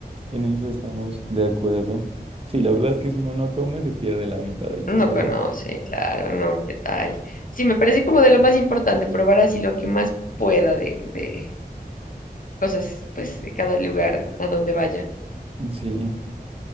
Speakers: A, on the right (about 35°); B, on the left (about 55°).
A: En eso estamos de acuerdo. Sí, la verdad es que si uno no come, se pierde la mitad del
B: no
A: paseo.
B: conoce, claro, no, qué tal. Sí, me parece como de lo más importante, probar así lo que más pueda de, de cosas, pues, de cada lugar a donde vaya.
A: Sí.